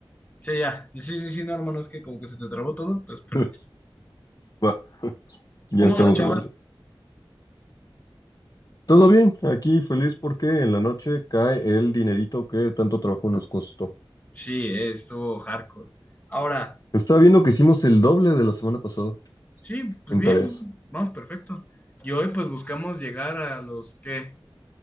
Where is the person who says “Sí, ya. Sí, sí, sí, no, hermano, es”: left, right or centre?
Left